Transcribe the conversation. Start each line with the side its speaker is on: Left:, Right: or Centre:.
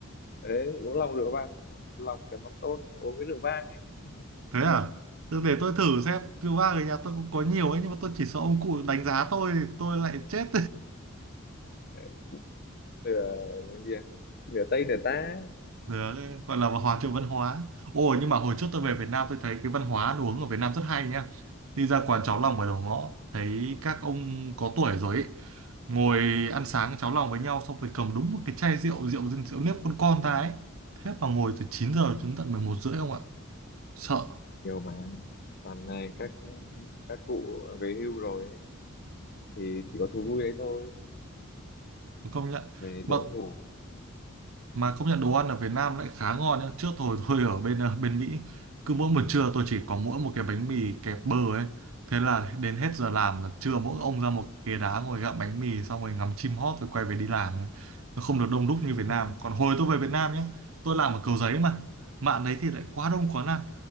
Left: đấy, uống lòng rượu vang lòng chấm mắm tôm uống với rượu vang ấy.
Right: Thế à?
Left: <laughs>
Right: Thế Để tôi thử xem, rượu vang ở nhà tôi cũng có nhiều ấy nhưng mà tôi chỉ sợ ông cụ đánh giá tôi thì tôi lại chết.
Left: Đấy, nửa cái gì à? nửa tây nửa tá
Right: Đấy, gọi là hòa trộn văn hóa. Ồ nhưng mà hồi trước tôi
Left: ừ.
Right: về Việt Nam tôi thấy cái văn hóa ăn uống ở Việt Nam rất hay nha. Đi ra quán cháo lòng ở đầu ngõ thấy các ông có tuổi rồi ấy, ngồi ăn sáng cháo lòng với nhau xong rồi cầm đúng một cái chai rượu rượu rượu, rượu nếp con con ta ấy. Thế mà ngồi từ 9 giờ đến tận 11 rưỡi không ạ? Sợ,
Left: nhiều mà toàn là các các cụ về hưu rồi ấy, thì chỉ có thú vui đấy thôi
Right: công nhận.
Left: về
Right: Mà
Left: dễ ngủ
Right: mà công nhận đồ ăn ở Việt Nam lại khá ngon nhá trước thôi tôi ở bên ờ, bên Mỹ cứ mỗi buổi trưa tôi chỉ có mỗi một cái bánh mì kẹp bơ ấy thế là đến hết giờ làm là trưa mỗi ông ra một ghế đá ngồi gặm bánh mì xong rồi ngắm chim hót rồi quay về đi làm ấy. nó không được đông đúc như
Left: <laughs>
Right: Việt Nam còn hồi tôi về Việt Nam nhé tôi làm ở Cầu Giấy mà mạng đấy thì lại quá đông
Left: Ừ,
Right: quá ăn